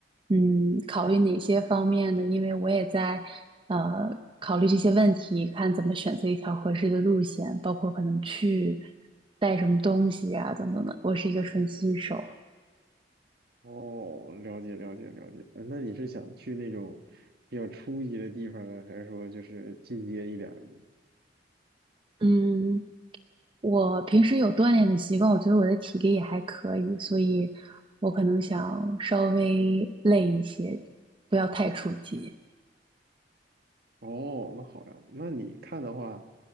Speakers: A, on the right; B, on the right.
A: 嗯，考虑哪些方面呢？因为我也在呃考虑这些问题，看怎么选择一条合适的路线，包括可能去带什么东西呀、等等的。我是一个纯新手，
B: 哦，了解了解了解。呃那你是想去那种比较初级的地方呢，还是说就是进阶一点儿的？
A: 嗯，我平时有锻炼的习惯，我觉得我的体力也还可以，所以我可能想稍微累一些，不要太初级。
B: 哦，那好呀，那你看的话，